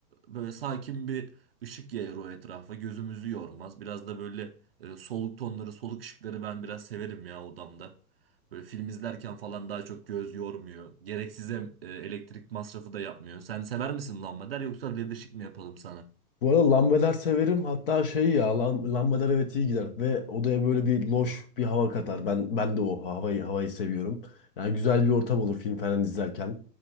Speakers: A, on the right; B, on the left.
A: Böyle sakin bir ışık yayar o etrafa. Gözümüzü yormaz. Biraz da böyle e, soluk tonları, soluk ışıkları ben biraz severim ya odamda. Böyle film izlerken falan daha çok göz yormuyor. Gereksiz em- e, elektrik masrafı da yapmıyor. Sen sever misin lambader yoksa led ışık mı yapalım sana?
B: Bu arada lambader severim. Hatta şey ya lam- lambader evet iyi gider. Ve odaya böyle bir loş bir hava katar. Ben ben de o havayı, havayı seviyorum. Yani güzel bir ortam olur film falan izlerken.